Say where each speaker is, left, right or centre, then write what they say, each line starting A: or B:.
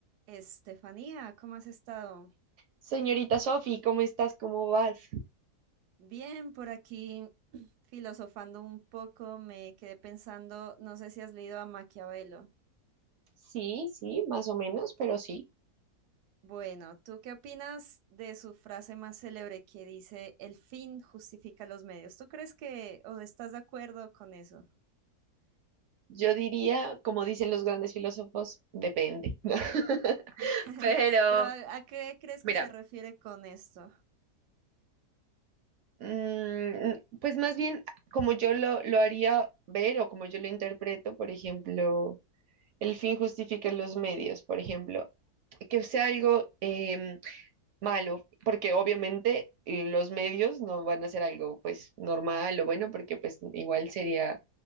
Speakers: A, on the right (about 80°); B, on the right (about 65°).
A: Estefanía, ¿cómo has estado?
B: Señorita Sofi, ¿cómo estás? ¿Cómo vas?
A: Bien, por aquí <clears throat> filosofando un poco, me quedé pensando, no sé si has leído a Maquiavelo.
B: Sí, sí, más o menos, pero sí.
A: Bueno, ¿tú qué opinas de su frase más célebre que dice, el fin justifica los medios? ¿Tú crees que o estás de acuerdo con eso?
B: Yo diría, como dicen los grandes filósofos, depende. ¿no? <laughs>
A: <laughs>
B: Pero,
A: Pero ¿a, a qué crees
B: mira,
A: que se refiere con esto?
B: mm, pues más bien como yo lo, lo haría ver o como yo lo interpreto, por ejemplo, el fin justifica los medios, por ejemplo, que sea algo em, malo, porque obviamente eh, los medios no van a ser algo pues normal o bueno, porque pues igual sería